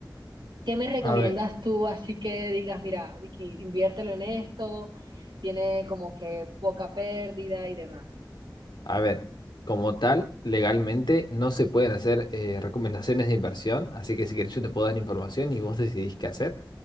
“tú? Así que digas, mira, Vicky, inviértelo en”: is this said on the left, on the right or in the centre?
Right